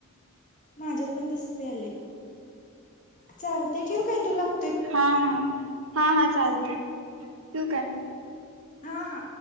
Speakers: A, on the left; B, on the right.
A: माझ्यात पण तसंच झालंय चालतय ठेऊ काय तू लाग
B: हा हा हा हा चालतय ठेवू काय?
A: हा हा